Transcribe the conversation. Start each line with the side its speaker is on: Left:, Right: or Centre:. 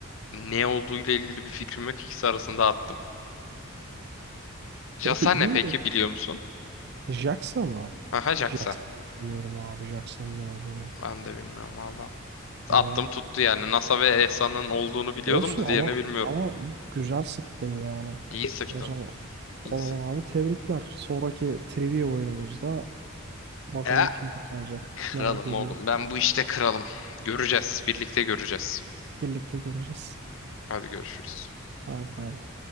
Left: ne olduğuyla ilgili bir fikrim yok. İkisi arasında attım. JAXA
Right: <laughs> İyi.
Left: ne peki biliyor musun?
Right: JAXA mı?
Left: Aha JAXA.
Right: JAXA bilmiyorum abi. JAXA'nın ne olduğunu.
Left: Ben de bilmiyorum valla.
Right: Hani
Left: Attım tuttu yani. NASA ve ESA'nın olduğunu biliyordum
Right: Olsun
Left: da
Right: ama
Left: diğerini bilmiyorum.
Right: ama güzel sıktın yani.
Left: İyi sıktım.
Right: O zaman
Left: İyi
Right: o zaman
Left: sıktım.
Right: abi tebrikler. Sonraki trivia oyunumuzda bakalım
Left: E,
Right: kim kazanacak.
Left: kralım
Right: Merak ediyorum.
Left: oğlum. Ben bu işte kralım. Göreceğiz. Birlikte göreceğiz.
Right: Birlikte göreceğiz.
Left: Hadi görüşürüz.
Right: Hadi bay bay.